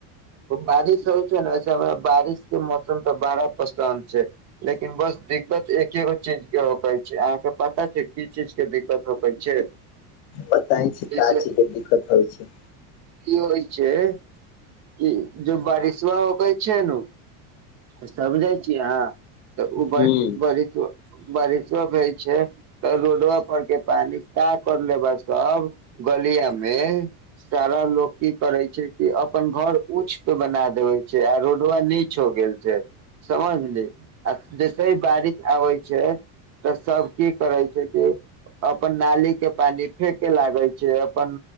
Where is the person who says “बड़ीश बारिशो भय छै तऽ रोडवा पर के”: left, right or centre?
Right